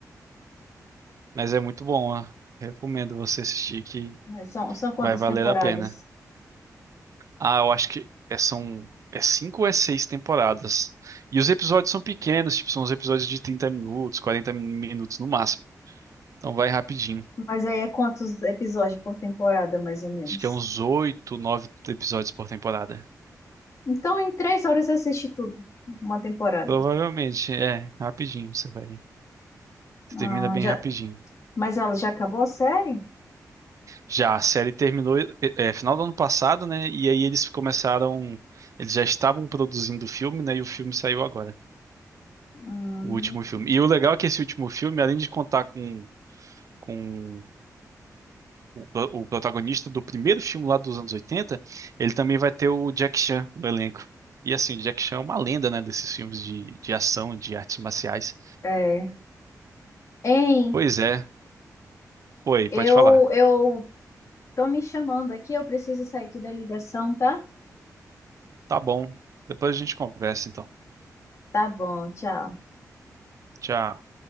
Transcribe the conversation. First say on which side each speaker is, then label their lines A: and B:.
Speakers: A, on the right (about 55°); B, on the left (about 50°).
A: mas é muito bom, ó. Recomendo você assistir que
B: Mas São, são quantas
A: vai valer
B: temporadas?
A: a pena. Ah, eu acho que é- são é cinco ou é seis temporadas. E os episódios são pequenos, tipo, são os episódios de 30 minutos, 40 minutos no máximo. Então vai rapidinho.
B: Mas aí é quantos episódios por temporada, mais ou menos.
A: Acho que é uns oito, nove episódios por temporada.
B: Então, em três horas eu assisti tudo. Uma temporada.
A: Provavelmente, é, rapidinho você vai. Você
B: Ah,
A: termina bem
B: já,
A: rapidinho.
B: mas ela já acabou a série?
A: Já a série terminou é, é, final do ano passado, né? E aí eles começaram. Eles já estavam produzindo o filme, né? E o filme saiu agora.
B: Hum,
A: O último filme. E o legal é que esse último filme, além de contar com, com o, pro- o protagonista do primeiro filme lá dos anos 80 ele também vai ter o Jack Chan no elenco. E assim, o Jack Chan é uma lenda, né, desses filmes de, de ação, de artes marciais.
B: é. Hein,
A: Pois é. Oi,
B: eu,
A: pode falar.
B: eu tô me chamando aqui, eu preciso sair aqui da ligação, tá?
A: Tá bom. Depois a gente conversa, então.
B: Tá bom, tchau.
A: Tchau.